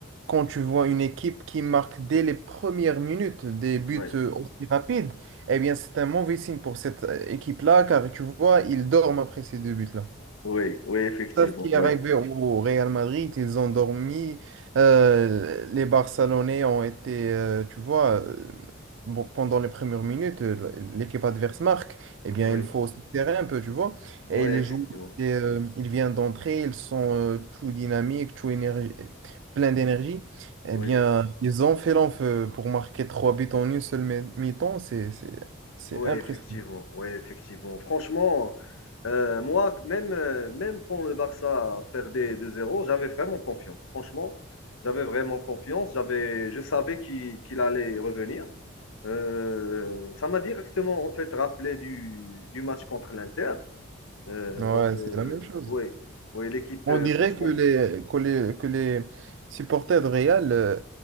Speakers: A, on the right; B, on the left.
A: quand tu vois une équipe qui marque dès les premières minutes des buts
B: oui,
A: euh, aussi rapides, eh bien, c'est un mauvais signe pour cette euh, équipe-là, car tu vois, ils dorment après ces deux buts-là.
B: oui, oui, effectivement,
A: Sauf qui
B: oui,
A: est arrivé au Real Madrid, ils ont dormi. euh, les Barcelonais ont été, euh, tu vois, euh, bon, pendant les premières minutes, euh, l'équipe adverse marque. Eh bien,
B: oui,
A: il faut se serrer un peu, tu vois.
B: oui,
A: Et les
B: effectivement,
A: joueurs, et, euh, ils viennent d'entrer, ils sont euh, tout dynamiques, tout énergie, plein d'énergie. Eh
B: oui,
A: bien, ils ont fait l'enfeu pour marquer trois buts en une seule mi- mi-temps. C'est, c'est, c'est
B: oui,
A: impressionnant.
B: effectivement, oui, effectivement. Franchement, euh, moi, même, euh, même quand le Barça perdait deux zéro j'avais vraiment confiance. Franchement, j'avais vraiment confiance. J'avais, je savais qu'il qu'il allait revenir. Euh, ça m'a directement, en fait, rappelé du, du match contre l'Inter. Euh,
A: Ouais,
B: donc, euh,
A: c'est la même chose.
B: oui, oui, l'équipe,
A: On
B: euh,
A: dirait
B: franchement,
A: que les, que les, que les supporters de Real euh,